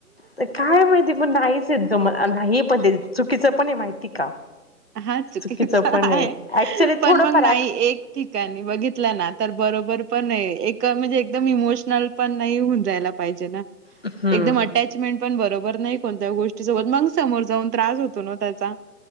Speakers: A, on the left; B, on the right.
A: ते काय? माहिती पण नाहीच जम नाही. पण चुकीचं पण आहे माहिती का?
B: हा चुकीच
A: चुकीचं
B: आहे.
A: पण ऍक्च्युली
B: पण
A: थोडंफार
B: मग नाही एक ठिकाणी बघितलं ना, तर ब बरोबर पण हे एक म्हणजे एकदम इमोशनल पण नाही, होऊन जायला पाहिजे ना,
A: हम्म
B: एकदम अटॅचमेंट पण बरो बरं नाही कोणत्या गोष्टी सोबत मग समोर जाऊन त्रास होतो ना, त्याचा